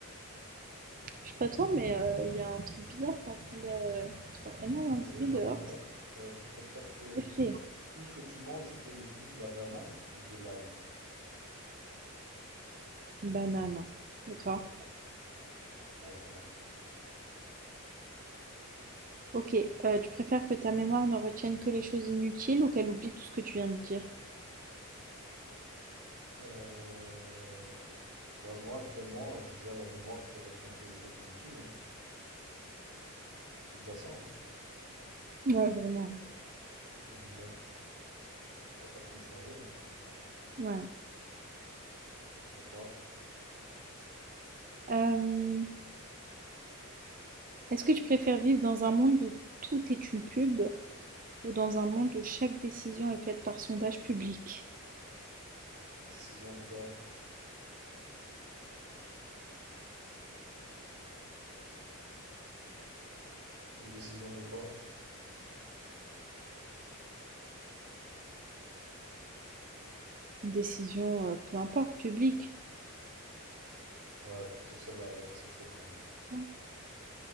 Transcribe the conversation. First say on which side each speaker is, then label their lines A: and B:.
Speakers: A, on the right (about 40°); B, on the right (about 75°).
A: Je sais pas toi, mais euh, il y a un truc bizarre qui est en train de, de faire énormément
B: Vas-y,
A: de bruit
B: j'en
A: dehors.
B: ai une autre.
A: C'est
B: Euh, tu préfères que
A: effrayant.
B: tout ce que tu manges ait le goût de la banane ou de l'ail?
A: Banane. Et toi?
B: Ouais, vraiment. Ouais, vraiment.
A: Ok, euh, tu préfères que ta mémoire ne retienne que les choses inutiles ou qu'elle oublie tout ce que tu viens de dire?
B: Euh, Bah moi actuellement euh, j'ai déjà la mémoire qui retient que les choses inutiles, hein. C'est déjà ça, hein.
A: Ouais, vraiment.
B: Donc bon, ça va pas trop me changer, hein.
A: Ouais.
B: À toi.
A: Euh, est-ce que tu préfères vivre dans un monde où tout est une pub ou dans un monde où chaque décision est faite par sondage public?
B: Décision de quoi? Une décision de quoi?
A: Une décision, heu, peu importe, publique?
B: Ouais, plutôt celle-là, l'autre c'est chaud quand même.
A: Ouais.